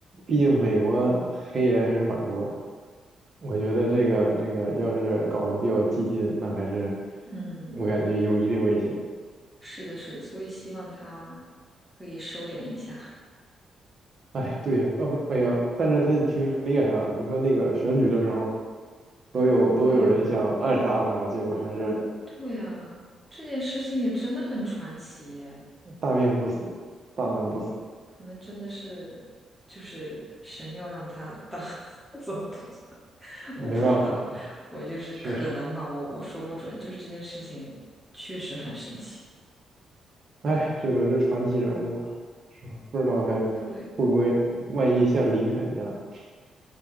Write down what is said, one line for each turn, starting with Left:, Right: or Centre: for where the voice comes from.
Right: 毕竟美国黑人还是蛮多的。我觉得这个这个要是搞得比较激进，那还是
Centre: 嗯，
Right: 我感觉有一定危险。
Centre: 是的，是的，所以希望他可以收敛一下。<laughs>
Right: 哎，对呀，到时候哎呀，但是他也挺厉害的啊。你说那个选举的时候，都有都有人想暗杀他了，
Centre: 对呀，
Right: 结果还是
Centre: 对呀，这件事情也真的很传奇耶，
Right: 大命不死，大难不死。
Centre: 可能真的是就是神要让他当 <laughs> 总统，<laughs>
Right: 没办法了，
Centre: 我不知道，我就是可能吧，
Right: 确实，
Centre: 我我说不准，就是这件事情确实很神奇。
Right: 哎，这都是传奇人物啊，是吧？不知道他
Centre: 对。
Right: 会不会，万一像林肯一样，